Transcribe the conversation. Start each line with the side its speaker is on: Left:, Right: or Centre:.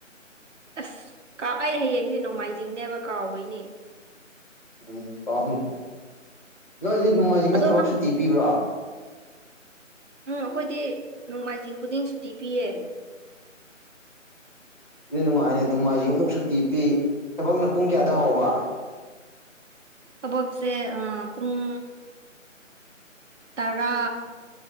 Right: ꯑꯁ ꯀꯥ ꯑꯩ ꯍꯌꯦꯡꯁꯦ ꯅꯣꯡꯃꯥꯏꯖꯤꯡꯅꯦꯕ ꯀꯥꯎꯕꯩꯅꯦ
Left: ꯎꯝ ꯀꯥꯎꯅꯤ ꯅꯣꯏꯗꯤ ꯅꯨꯡꯃꯥꯏꯖꯤꯡꯗ
Right: ꯑꯗꯣ
Left: ꯊꯕꯛ
Right: ꯅꯪ
Left: ꯁꯨꯇꯤ ꯄꯤꯕ꯭ꯔꯣ
Right: ꯎꯝ ꯑꯩꯈꯣꯏꯗꯤ ꯅꯣꯡꯃꯥꯏꯖꯤꯡ ꯈꯨꯗꯤꯡ ꯁꯨꯇꯤ ꯄꯤꯌꯦ
Left: ꯑꯗꯨ ꯅꯨꯡꯉꯥꯏꯅꯦ ꯅꯣꯡꯃꯥꯏꯖꯤꯡ ꯑꯃꯨꯛ ꯁꯨꯇꯤ ꯄꯤ ꯊꯕꯛꯅ ꯄꯨꯡ ꯀꯌꯥꯗ ꯍꯥꯎꯕ
Right: ꯊꯕꯛꯁꯦ ꯑ ꯄꯨꯡ ꯇꯔꯥ